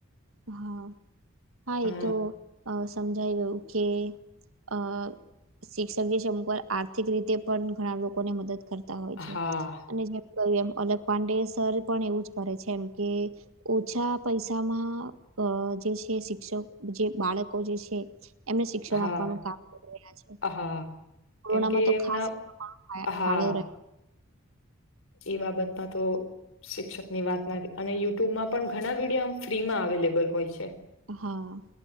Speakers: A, on the right; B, on the left.
A: હા. હા
B: અ
A: એ તો સમજાઈ ગયું કે અ શિક્ષક સમુકર આર્થિક રીતે પણ ઘણા લોકોને મદદ. કરતા હોય છે
B: હા
A: અને. ક એમ અલગ પાંડે સર પણ એવું જ કરે છે એમ કે ઓછા પૈસામાં. અ જે છે શિક્ષક જે બાળકો જે છે. એમને શિક્ષણ
B: હા
A: આપવાનું કામ કરી રહ્યા છે.
B: હા
A: કોરોનામાં
B: કેમ કે
A: તો
B: એમના
A: ખાસ
B: હા
A: ફાળો રહ્યો.
B: એ બાબતમાં તો. શિક્ષક ની વાત ના અને યુટ્યુબમાં પણ ઘણા વિડીયો ફ્રીમાં અવેલેબલ હોય છે.
A: હા.